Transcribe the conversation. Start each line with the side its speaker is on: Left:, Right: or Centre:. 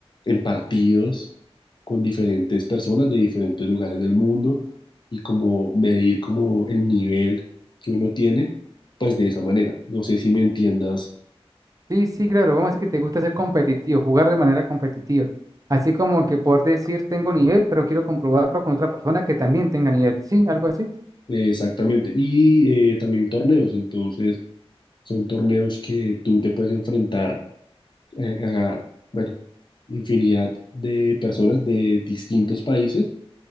Left: en partidos con diferentes personas de diferentes lugares del mundo y como medir como el nivel que uno tiene, pues de esa manera. No sé si me entiendas
Right: Sí, sí, claro, vamos a decir que te gusta ser competitivo, jugar de manera competitiva. Así como que poder decir, tengo nivel, pero quiero comprobarlo con otra persona que también tenga nivel. Sí, algo así.
Left: eh, exactamente. Y eh, también torneos, entonces Son torneos que tú te puedes enfrentar eh, a, bueno, infinidad de personas de distintos países